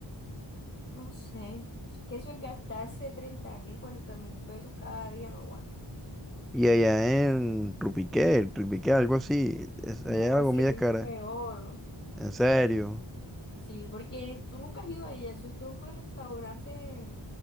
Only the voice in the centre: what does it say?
Y allá en Trupiqué, Trupiqué, algo así. es-
allá la
comida
es
cara.
En serio.